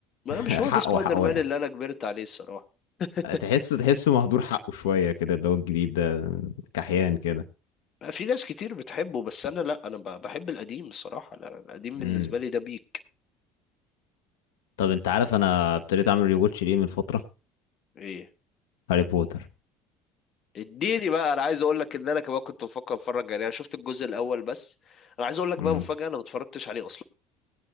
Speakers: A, on the left; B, on the left.
A: ما
B: <laughs>
A: مش
B: حقه
A: هو ده سبايدر
B: حق واقع
A: مان اللي انا كبرت عليه الصراحة <laughs>
B: تحسه تحسه مهدور حقه شوية كده اللي هو الجديد ده كحيان كده
A: في ناس كتير بتحبه بس انا لا انا ب- بحب القديم الصراحة لا، القديم
B: امم
A: بالنسبة لي ده بيك
B: طب انت عارف انا ابتديت اعمل ريواتش ليه من فترة
A: ايه
B: هاري بوتر
A: اديني بقى انا عايز اقول لك ان انا كمان كنت بفكر اتفرج يعني انا شفت الجزء الاول بس انا عايز اقول لك
B: امم
A: بقى مفاجأة انا ما اتفرجتش عليه اصلا